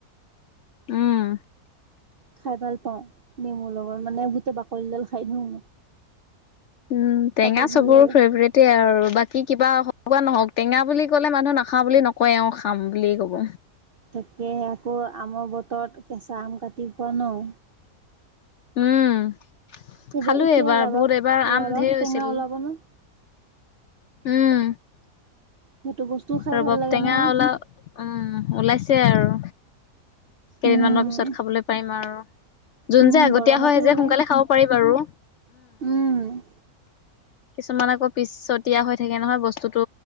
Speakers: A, on the left; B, on the right.
A: উম
B: খাই ভাল পাও নেমুৰ লগত মানে টো বাকলিডাল খাই দিওঁ
A: উম
B: খাব
A: টেঙা
B: ভাল
A: চবৰ
B: লাগে
A: ফেভৰেট আৰু বাকী কিবা এনেকুৱা নহওক টেঙা বুলি কলে মানুহ নাখাওঁ বুলি নকয় আৰু খাম বুলিয়েই কব।
B: থাকে আকৌ আমৰ বতৰত কেঁচা আম কাটি পোৱা নও
A: উম
B: এইবাৰ
A: খালোয়ে
B: এতিয়া
A: এবাৰ
B: ৰাবাব
A: বহুত এবাৰ আম
B: ৰাবাব
A: ঢেৰ
B: টেঙা
A: হৈছিল
B: ওলাব ন
A: উম
B: সেইটো বস্তুও খাই
A: ৰবাব
B: ভাল লাগে
A: টেঙা
B: নহয়
A: ওলা উম ওলাইছে আৰু কেইদিনমানানৰ
B: উম
A: পিছত খাবলৈ পাৰিম আৰু যোন
B: উম
A: যে আগতীয়া
B: গৰমতহে
A: হয় সেই
B: ওলাই
A: যে সোনকালে খাব পাৰিম আৰু
B: উম
A: কিছুমান আকৌ পিছটীয়া হৈ থাকে নহয় বস্তুতটো